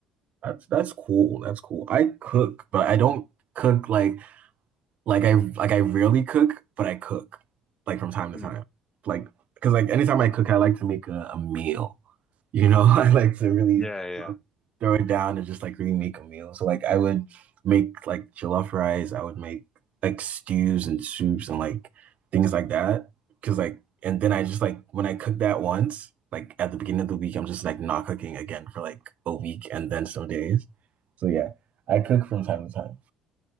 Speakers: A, on the right; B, on the left.
A: That's that's cool. That's cool. I cook, but I don't cook like like I like I rarely cook, but I cook like from time to
B: Mm.
A: time. Like because like anytime I cook, I like to make a, a meal. You know, <laughs> I like to really
B: Yeah, yeah. yeah.
A: throw it down and just like really make a meal. So like I would make like jollof rice, I would make like stews and soups and like things like that. Because like and then I just like when I cook that once, like at the beginning of the week, I'm just like not cooking again for like a week and then some days. So yeah, I cook from time to time.